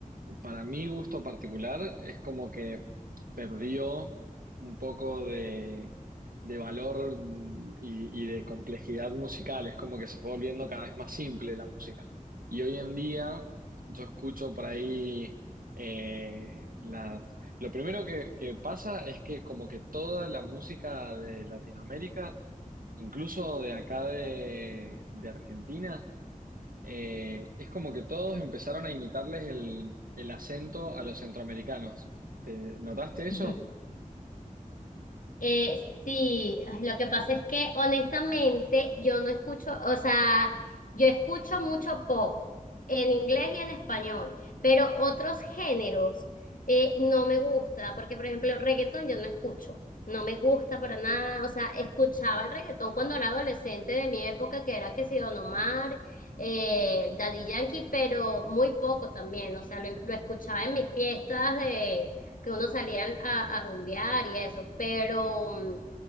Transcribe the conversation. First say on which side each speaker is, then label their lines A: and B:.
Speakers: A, on the right; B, on the left.
A: Para mi gusto particular, es como que perdió un poco de, de valor mm, y, y de complejidad musical. Es como que se fue volviendo cada vez más simple la música. Y hoy en día, yo escucho por ahí eh, las. Lo primero que, que pasa es que, como que toda la música de Latinoamérica, incluso de acá de de Argentina, eh, es como que todos empezaron a imitarles el, el acento a los centroamericanos. ¿Te notaste
B: <laughs>
A: eso?
B: Eh, sí, ay, lo que pasa es que honestamente yo no escucho, o sea, yo escucho mucho pop en inglés y en español, pero otros géneros eh, no me gusta, porque por ejemplo reggaetón yo no escucho, no me gusta para nada, o sea, escuchaba el reggaetón cuando era adolescente de mi época, que era que si Don Omar, eh, Daddy Yankee, pero muy poco también, o sea, lo lo escuchaba en mis fiestas de que uno salía a, a rumbear y eso, pero mm,